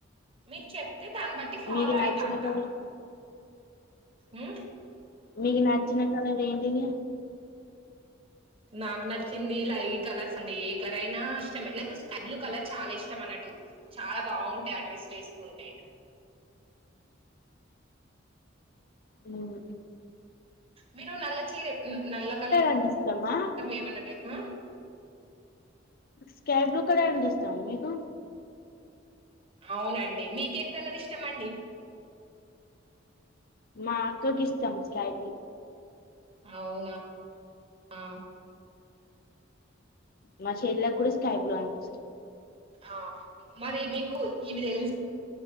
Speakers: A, on the right; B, on the left.
A: మీరు చెప్తే దాన్ని బట్టి ఫాలో
B: మీకు నచ్చిన
A: ఐతా అంట
B: కలర్
A: ఉ
B: మీకి నచ్చిన కలర్ ఏంటిది
A: నాకు నచ్చింది లై కలర్స్ అండి ఏ కలర్ అయినా ఇష్టం నాకు స్కై బ్లూ కలర్ చాలా ఇష్టం అన్నట్టు చాలా బాగుంటాయి ఆ డ్రెస్ లు వేసుకుంటే
B: అహా
A: మీరు నల్ల చీర నల్ల కలర్
B: అంటే ఇష్టమా
A: ఏమన్నట్మా
B: స్కై బ్లూ కలర్ అంటే ఇష్టమా మీకు
A: అవునండి మీకేం కలర్ ఇష్టం అండి
B: మా అక్కకి ఇష్టం స్కై బ్లూ
A: అవునా ఆ
B: మా చెల్లా కూడా స్కై బ్లూ అంటే ఇష్టం
A: ఆ మరి మీకు ఇవి తెలుస్